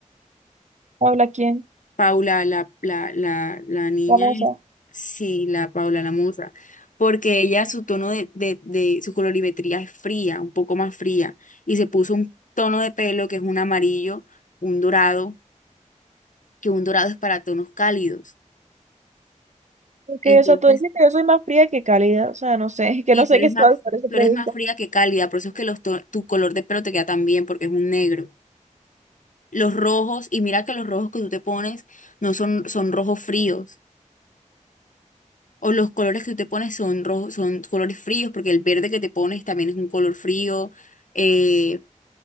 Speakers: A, on the right; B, on the left.
A: Habla quién,
B: Paula, la, la, la, la niña
A: vamos
B: es,
A: a.
B: sí, la Paula, la musa, porque ella, su tono de, de, de- su colorimetría es fría, un poco más fría, y se puso un tono de pelo que es un amarillo, un dorado, que un dorado es para tonos cálidos.
A: Porque,
B: Entonces,
A: o sea, tú dices que yo soy más fría que cálida, o sea, no sé, <laughs> que
B: sí
A: no sé
B: tú eres
A: qué soy,
B: más,
A: por eso
B: tú
A: pregunto.
B: eres más fría que cálida, por eso es que los to- tu color de pelo te queda tan bien, porque es un negro. Los rojos, y mira que los rojos que tú te pones no son, son rojos fríos O los colores que tú te pones son rojos, son colores fríos, porque el verde que te pones también es un color frío. Eh,